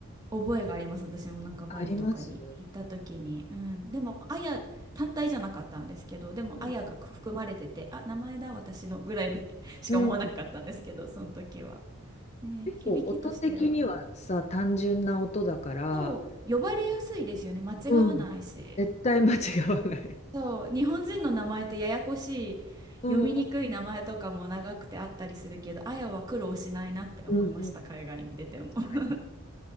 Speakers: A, on the right; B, on the left.
A: 覚えがあります。私もなんかバリとかに行った時に。
B: あります
A: うん。でも、アヤ単体じゃなかったんですけど、でも、
B: うん。
A: アヤが含まれてて、あ、名前だ、私のぐらいの <laughs> しか思わなかったんですけど、
B: うん、
A: その時は。ね、
B: 結構音的にはさ、
A: 響きとしては。
B: 単純な音だから、
A: と、呼ばれやすいですよね。間違わないし。
B: うん。絶対間違わない。
A: そう、日本人の名前ってややこしい、
B: うん、
A: 読みにくい名前とかも長くてあったりするけど、
B: うん
A: あやは苦労しないなって思いました、
B: うんうん。
A: 海外に出ても。<laughs>
B: 確か